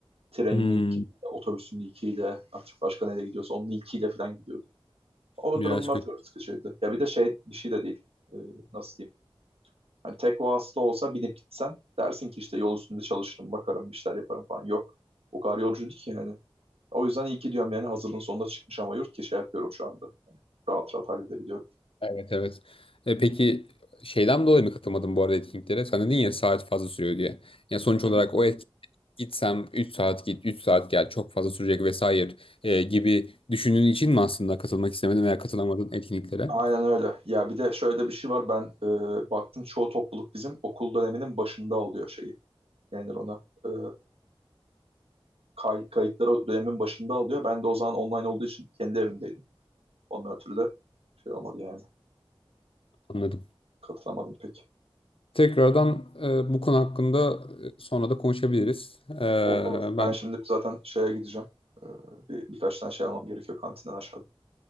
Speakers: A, on the right; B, on the left.
A: Trenin
B: Hmm,
A: ilk, otobüsün ilkiyle, artık başka neyle gidiyorsa onun ilkiyle falan gidiyordu. O
B: biraz
A: durumlar
B: kötü.
A: çok sıkıcıydı. Ya bir de şey bir şey de değil. Ee, nasıl diyeyim? Hani tek vasıta olsa binip gitsen dersin ki işte yol üstünde çalışırım, bakarım, bir şeyler yaparım falan. Yok. O kadar yolcuydu ki yani. O yüzden iyi ki diyorum yani hazırlığın sonunda çıkmış ama yurt ki şey yapıyorum şu anda. Rahat rahat halledebiliyorum.
B: Evet evet. E, peki şeyden dolayı mı katılmadın bu arada etkinliklere? Sen dedin ya saat fazla sürüyor diye. Ya sonuç
A: Hı
B: olarak
A: hı.
B: o etkinlik gitsem 3 saat git 3 saat gel çok fazla sürecek vesaire e, gibi düşündüğün için mi aslında katılmak istemedin veya katılamadın etkinliklere?
A: Aynen öyle. Ya bir de şöyle bir şey var. Ben e, baktım çoğu topluluk bizim okul döneminin başında alıyor şeyi. Yani ona. E, kay- kayıtları dönemin başında alıyor. Ben de o zaman online olduğu için kendi evimdeydim. Ondan ötürü de şey olmadı yani.
B: Anladım.
A: Katılamadım pek.
B: Tekrardan e, bu konu hakkında e, sonra da konuşabiliriz. E,
A: Olur olur. Ben
B: ben
A: şimdi zaten şeye gideceğim. Ee, bir, birkaç tane şey almam gerekiyor kantinden aşağıda.